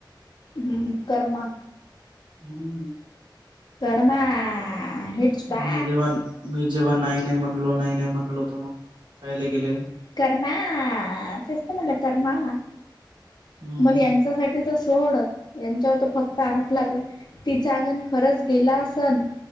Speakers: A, on the left; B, on the right.
A: हम्म कर्मा.
B: हम्म.
A: कर्मा हिच बा
B: मी जेव्हा मी जेव्हा नाही नाही, म्हणलो नाही नाही म्हणलो, तर मग कायला गेले.
A: करणा तस म्हणला करणा.
B: हम्म
A: मग यांच्यासाठी तर सोड, यांच्यावर त फक्त आरोप लागला तिचं आंगण खरंच. केला असल,